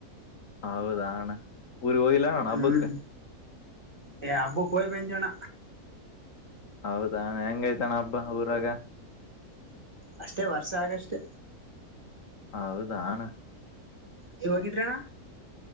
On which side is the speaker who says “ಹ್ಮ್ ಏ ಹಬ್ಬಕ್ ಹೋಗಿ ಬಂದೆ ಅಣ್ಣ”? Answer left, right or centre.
Right